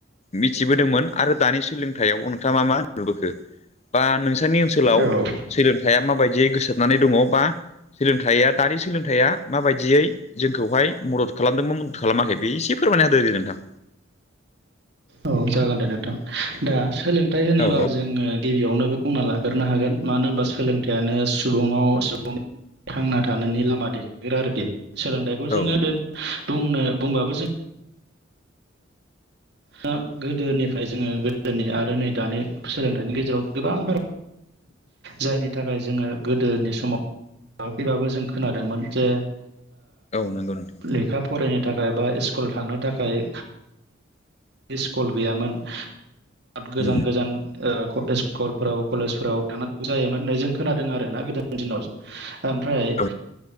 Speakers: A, on the left; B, on the right.
A: मिथिबोदोंमोन आरो दानि सोलोंथाइआव नोंथाङा मा नुबोखो? बा नोंसोरनि ओनसोलाव
B: औ
A: सोलोंथाइया माबायदियै गोसारनानै दङ बा सोलोंथाइया दानि सोलोंथाइया माबायदियै जोंखौहाय मदद खालामदोंमोन बा मदद खालामाखै बे एसे फोरमायना होदोे नोंथां।
B: औ जागोन दे नोंथां। दा सोलोंथाइ होनोबा
A: औ
B: जोङो गिबियावनो बुंना लाग्रो हागोन मानो होनबा सोलोंथायाइयानो सुबुंआव सुबुंनि थांना थानायनि लामा देखायग्रा आरोखि सोलोंथाइखौ
A: औ
B: जोङो बे बुंनो बुंबाबो जों दा गोदोनिफ्राय जोङो गोदोनि आरो नै दानि सोलोंथाइनि गेजेराव गोबांफोर जायनि थाखाय जोङो गोदो नि समाव <inaudible> खैबाबो जों खोनादोंमोन जे
A: औ नंगौ नोंथां।
B: लेखा फरायनो थाखाय बा स्कुल थांनो थाखाय स्कुल गैयामोन बिराद गोजान
A: औ
B: गोजान स्कुलफोराव कलेजफोराव थांनानै जायोमोन होननाय जों खोनादों आर ना गोदोनि दिनाव। ओमफ्राय
A: औ